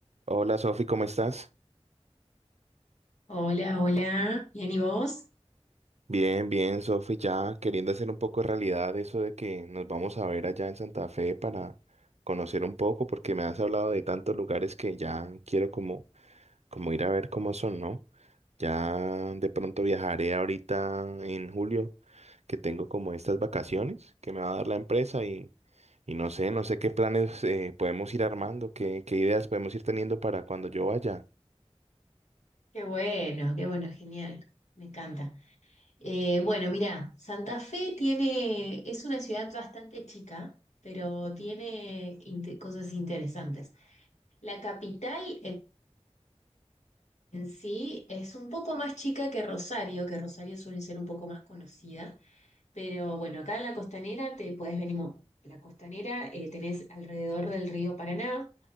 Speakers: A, on the right; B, on the left.
A: Hola Sofi, ¿cómo estás?
B: Hola, hola. Bien, ¿y vos?
A: Bien, bien, Sofi, ya queriendo hacer un poco de realidad eso de que nos vamos a ver allá en Santa Fe para conocer un poco, porque me has hablado de tantos lugares que ya quiero como, como ir a ver cómo son, ¿no? Ya de pronto viajaré ahorita en julio, que tengo como estas vacaciones que me va a dar la empresa y, y no sé, no sé qué planes eh, podemos ir armando, qué, qué ideas podemos ir teniendo para cuando yo vaya.
B: Qué bueno, qué bueno, genial. Me encanta. Eh, bueno, mira, Santa Fe tiene, es una ciudad bastante chica, pero tiene inte- cosas interesantes. La capital en, en sí es un poco más chica que Rosario, que Rosario suele ser un poco más conocida, pero bueno, acá en la costanera te podés venir. mo- La costanera eh, tenés alrededor del río Paraná.